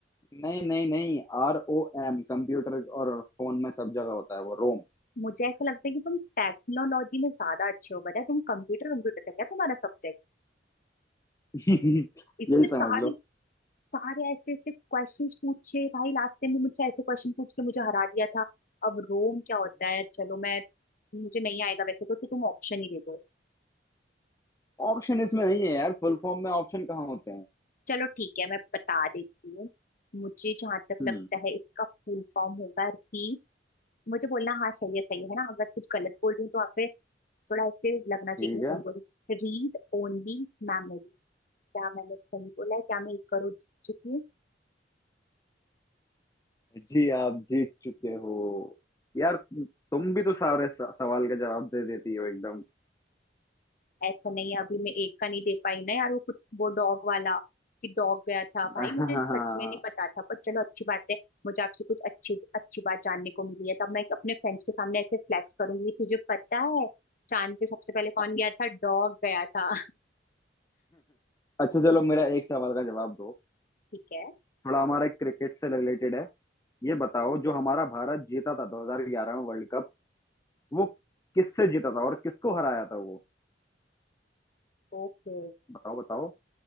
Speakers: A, on the left; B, on the left.
A: नहीं नहीं नहीं आर ओ एम कंप्यूटर और फोन में सब जगह होता है वो रोम
B: मुझे ऐसा लगता है कि तुम टेक्नोलॉजी में ज्यादा अच्छे हो बताया तुम कंप्यूटर कंप्यूटर तक है तुम्हारा सब्जेक्ट
A: <laughs>
B: इससे
A: यही
B: सारे
A: समझ लो <laughs>
B: सारे ऐसे ऐसे क्वेश्चंस पूछे भाई लास्ट टाइम भी मुझसे ऐसे क्वेश्चन पूछ के मुझे हरा दिया था अब रोम क्या होता है चलो मैं मुझे नहीं आएगा वैसे तो, तो तुम ऑप्शन ही दे दो
A: ऑप्शन इसमें नहीं है यार फुल फॉर्म में ऑप्शन कहाँ होते हैं
B: चलो ठीक है मैं बता देती हूँ मुझे जहां तक
A: हम्म
B: लगता है इसका फुल फॉर्म होगा री मुझे बोलना हाँ सही है सही है ना अगर कुछ गलत बोल रही हूँ तो आप पे थोड़ा इससे लगना
A: ठीक
B: चाहिए कि मैं सही
A: है
B: बोली Read only memory क्या मैंने सही बोला है क्या मैं एक करोड़ जीत चुकी हूँ
A: जी आप जीत चुके हो यार तुम भी तो सारे स- सवाल का जवाब दे देती हो एकदम
B: ऐसा नहीं है अभी मैं एक का नहीं दे पाई ना यार वो कुछ वो डॉग वाला कि डॉग गया था
A: <laughs>
B: भाई मुझे सच में नहीं पता था पर चलो अच्छी बात है मुझे आपसे कुछ अच्छी अच्छी बात जानने को मिली है तब मैं अपने फ्रेंड्स के सामने ऐसे फ्लैक्स करूंगी कि तुझे पता है चांद पे सबसे पहले कौन गया था डॉग गया था
A: अच्छा चलो मेरा एक सवाल का जवाब दो
B: <laughs> ठीक है
A: थोड़ा हमारा क्रिकेट से रिलेटेड है ये बताओ जो हमारा भारत जीता था 2011 में वर्ल्ड कप वो किससे जीता था और किसको हराया था वो
B: ओके
A: बताओ बताओ